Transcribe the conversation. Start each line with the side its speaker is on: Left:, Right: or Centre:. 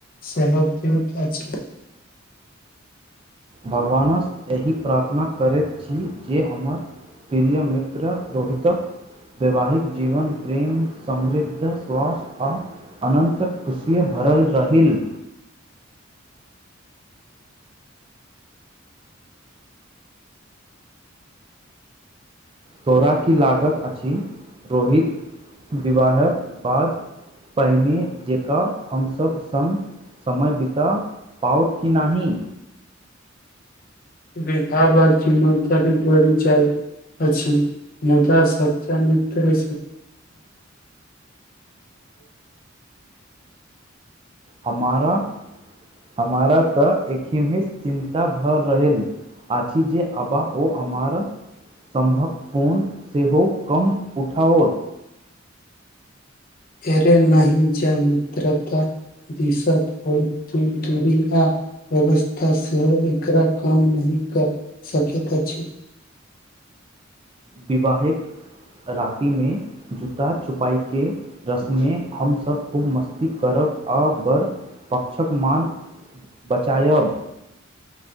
Left: सेहो देत अछि।
Right: भगवानसँ एहि प्रार्थना करैत छी जे हमर प्रिय मित्र रोहित वैवाहिक जीवन प्रेम, समृद्ध, स्वास्थ्य आ अनन्तक खुशी भरल जाहील। तोरा की लागत अछि रोहित। विवाहक बाद। पहिने जकाँ हमसब सङ्ग समय बिता पाओत कि नहि।
Left: बेकार बाद जिम्मेदारी जाइ अछि मुदा सच्चा मित्र।
Right: हमारा हमारा तऽ एखनेहे सं चिन्ता भऽ रहेल आछि जे अबा ओ हमारा समभक फोन सेहो कम उठाओत।
Left: अरे नहि जं मित्रता <unintelligible> होइ त दूरी आ व्यवस्था सेहो एकरा कम नहि कर सकैत अछि।
Right: विवाहेक राति मे जु ता छुपाई के रस्म में हमसब खूब मस्त करब आ बड़ पक्षक मान बचायब।